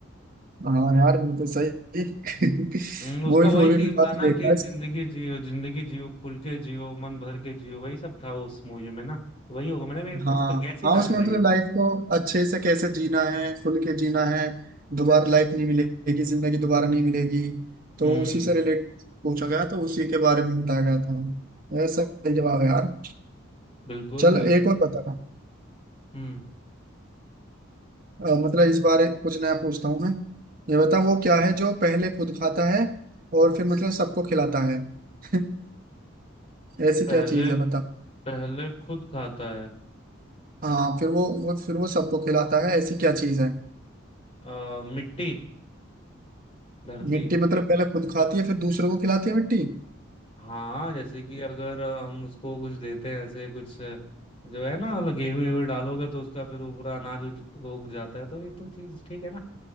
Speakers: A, on the right (about 45°); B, on the left (about 30°).
A: हाँ यार बिल्कुल सही <laughs>
B: हम्म, उसका
A: मूवी
B: वही
A: मूवी
B: थीम
A: भी काफी
B: था ना
A: देखा
B: कि
A: है
B: जिंदगी जियो जिंदगी जियो खुल के जियो मन भर के जियो वही सब था उस मूवी में ना तो वही होगा मैंने भी
A: हाँ
B: तुक्का गैस ही
A: हाँ
B: था
A: उसमें
B: मेरा
A: मतलब
B: ये
A: लाइफ को अच्छे से कैसे जीना है खुल के जीना है दोबारा लाइफ नहीं मिलेगी जिंदगी दोबारा नहीं मिलेगी तो
B: हम्म
A: उसी से रिलेट पूछा गया तो उसी के बारे में बताया गया था यार सही जवाब है यार
B: बिल्कुल
A: चल एक और बता
B: हम्म
A: अ, मतलब इस बारे कुछ नया पूछता हूँ मैं ये बता वो क्या है जो पहले खुद खाता
B: हम्म
A: है और फिर मतलब सबको खिलाता है <laughs> ऐसी
B: पहले
A: क्या चीज है बता
B: पहले खुद खाता है
A: हाँ फिर वो वो फिर वो सबको खिलाता है ऐसी क्या चीज है
B: आ, मिट्टी धरती
A: मिट्टी मतलब पहले खुद खाती है फिर दूसरों को खिलाती है मिट्टी
B: हाँ जैसे कि अगर हम उसको कुछ देते हैं ऐसे कुछ जो है ना मतलब गेहूं वेहूं डालोगे तो उसका फिर ऊपर अनाज उग उग जाता है तो ये तो चीज ठीक है ना